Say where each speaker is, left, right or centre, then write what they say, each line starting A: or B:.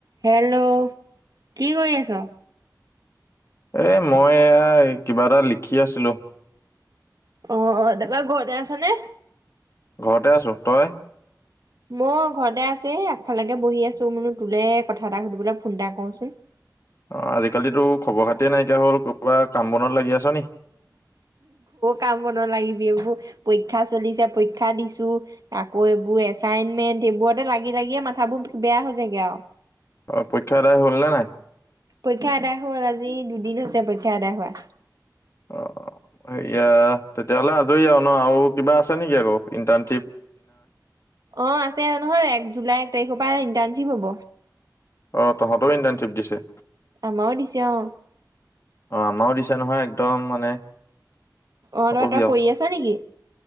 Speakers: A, on the right (about 60°); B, on the left (about 40°).
A: Hello কি কৰি আছ?
B: এ মই এ কিবা এটা লিখি আছিলো।
A: অঅ তাৰপা ঘৰতে আছ নে?
B: ঘৰতে আছো তই
A: মই ঘৰতে আছো এ আগফালেকে বহি আছো মই বোলো তোলে কথা এটা সুধিবলৈ ফোন এটা কৰোচোন ।
B: অ আজিকালিতো খবৰ খাতিয়ে নাইকিয়া হ'ল কৰবা কাম বনত লাগি আছ নেকি?
A: কাম বনত লাগিবি এইবোৰ পৰীক্ষা চলিছে পৰীক্ষা দিছো, আকৌ এইবোৰ এচাইনমেন্ট এইবোৰতে লাগি লাগিয়ে মাথাবোৰ বেয়া হৈছেগে আৰু।
B: অ পৰীক্ষা আদায় হ'ল নে নাই?
A: পৰীক্ষা আদায় হল, আজি দুদিন হৈছে পৰীক্ষা আদায় হোৱা।
B: অ সেয়া তেতিয়াহলে আজৰি আৰু ন আৰু কিবা আছে নেকি আকৌ ইণ্টান
A: অ আছে নহয় এক জুলাই এক তাৰিখৰ পাই ইণ্টাৰনশিপ হ'ব।
B: অ তহঁতও ইণ্টাৰনশ্বিপ দিছে
A: আমাও দিছে অ
B: অ আমাৰও দিছে নহয় একদম মানে।
A: অ
B: নকবি
A: তই
B: আৰু
A: কৰি আছ নেকি?